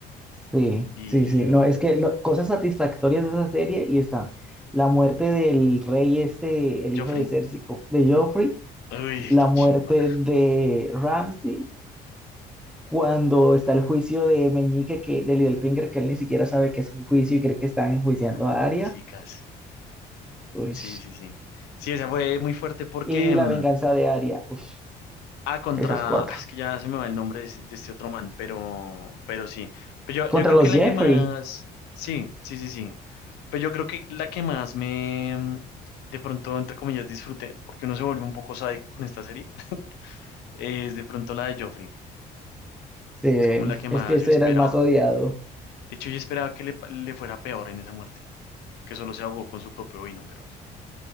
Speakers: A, in the centre; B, on the left.
A: Sí,
B: Y
A: sí, sí. No, es que lo- cosas satisfactorias de esa serie y están la muerte del rey este, el hijo
B: Joffrey,
A: de Cersei, co- de Joffrey,
B: uy,
A: la
B: qué
A: muerte
B: chimba.
A: de Ramsay, cuando está el juicio de Meñique, que, de Littlefinger, que él ni siquiera sabe que es un juicio y cree que están enjuiciando
B: Ah,
A: a Arya.
B: chicas.
A: Uy.
B: Sí, sí, sí. Sí, esa fue muy fuerte porque
A: Y la
B: mm,
A: venganza de Arya. Uf.
B: Ah, contra.
A: Esas cuatro.
B: Es que ya se me va el nombre de, ese- de este otro man, pero, pero sí. Pero
A: Contra
B: yo, yo creo
A: los
B: que la
A: Jeffrey.
B: que más. Sí, sí, sí, sí. Pero yo creo que la que más me. mm, De pronto, entre comillas, disfruté, porque uno se vuelve un poco sádico con esta serie, <laughs> es de pronto la de Joffrey.
A: Sí,
B: Es como la que
A: es
B: más
A: que ese
B: yo esperaba.
A: era el más odiado.
B: De hecho, yo esperaba que le, pa- le fuera peor en esa muerte, que solo se ahogó con su propio vino, pero,